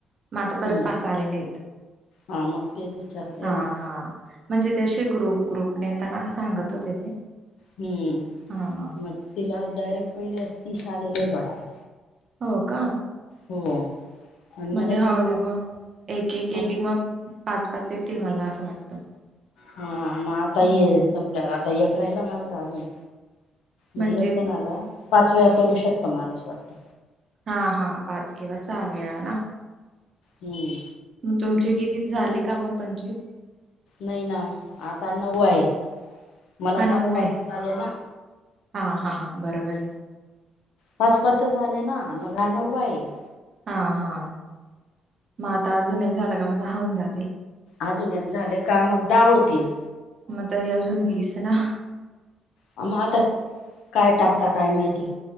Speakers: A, on the right (about 50°); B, on the left (about 80°).
A: म आता परत
B: हम्म
A: पाच आलेले येत
B: हा मग तेच विचारते
A: हा
B: मग
A: हा. म्हणजे ते अशे ग्रुप ग्रुप ने येताना असं सांगत होते ते.
B: हम्म
A: हा हा
B: मग तिला डायरेक्ट पहिले तीस आलेलेच वाटतात.
A: हो का.
B: हो. आणि
A: म
B: मला
A: हळू
B: दोन वेळा
A: एक एक
B: मला
A: एक एक मग पाच पाच येतील मला असं वाटतं.
B: हा मग आता
A: हम्म
B: ह संपल्यावर आता अफ रायला माझा अजून.
A: म्हणजे
B: मग एक जणला पाच वळा करू शकता माणूस वाटत.
A: हा हा पाच किवा सा वेळा ना.
B: हम्म.
A: मग तुमचे किती झाले का मग पंच्चवीस.
B: नई ना आता नऊववा ये मला
A: हा नऊ
B: पाच पाच
A: आहे
B: आले ना.
A: हा हा बरोबर ये.
B: पाच पाच झाले ना मग हा नववा आहे.
A: हा हा म आता अजून एक झालं का मग दहा हुन जातील.
B: अजून एक झालं का मग दाहा होतील.
A: म तरी अजून वीस ना.
B: आ म आता काय टाकता काय माहिती.